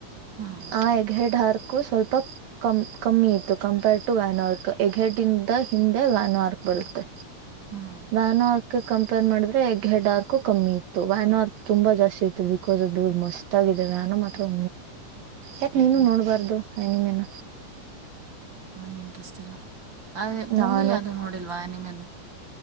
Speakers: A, on the right; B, on the right.
A: ಹ್ಞೂ ಹ್ಞೂ
B: ಆ ಎಗ್ಹೆೇಡ್ ಹಾರ್ ಕೂ ಸ್ವಲ್ಪ ಕಮ್ ಕಮ್ಮಿ ಇತ್ತು ಕಂಪೇರ್ಡ್ ಟು ವ್ಯಾನ್ ಆರ್ಕ್ ಎಗ್ಹಡ್ಂದ ಹಿಂದೆ ವ್ಯಾನ್ ಆರ್ಕ್ ಬರುತ್ತೆ,
A: ಹ್ಞೂ
B: ವ್ಯಾನ ಆರ್ಕ್ ಕಂಪೇರ್ ಮಾಡಿದ್ರೆ ಎಗ್ಹಡ್ ಆರ್ಕ್ ಕಮ್ಮಿ ಇತ್ತು, ವ್ಯಾನ ಆರ್ಕ್ ತುಂಬಾ ಜಾಸ್ತಿ ಇತ್ತು, ಬಿಕಾಸ್ ಅದು ಮಸ್ತ್ ಆಗಿದೆ ವ್ಯಾನೋತ್ರ ಯಾಕೆ ನೀನು
A: ಹ್ಞೂ
B: ನೋಡಬಾರ್ದು ಅನಿಮೀನ.
A: ನಂಗಿಂಟ್ರಸ್ಟ್ ಇಲ್ಲ. ಅದ
B: ನಾನು
A: ಮೂವಿ ಯಾವ್ದು ನೋಡಿಲ್ವಾ ಅನಿಮ